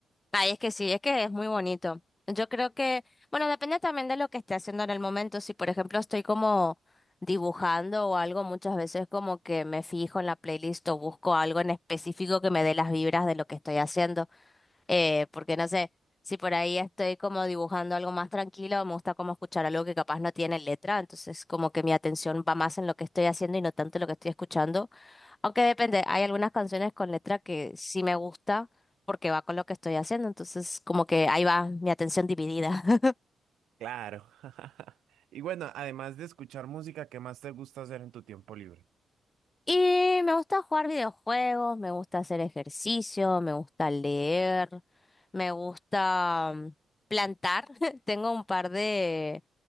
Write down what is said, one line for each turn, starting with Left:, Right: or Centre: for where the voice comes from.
Left: Ay, es que sí, es que es muy bonito. Yo creo que, bueno, depende también de lo que esté haciendo en el momento. Si, por ejemplo, estoy como dibujando o algo, muchas veces como que me fijo en la playlist o busco algo en específico que me dé las vibras de lo que estoy haciendo. Eh, porque no sé, si por ahí estoy como dibujando algo más tranquilo, me gusta como escuchar algo que capaz no tiene letra, entonces como que mi atención va más en lo que estoy haciendo y no tanto en lo que estoy escuchando. Aunque depende, hay algunas canciones con letra que sí me gusta porque va con lo que estoy haciendo, entonces como que ahí va mi atención dividida. <laughs>
Right: Claro. <laughs> Y bueno, además de escuchar música, ¿qué más te gusta hacer en tu tiempo libre?
Left: Y me gusta jugar videojuegos, me gusta hacer ejercicio, me gusta leer, me gusta mm, plantar. <laughs> Tengo un par de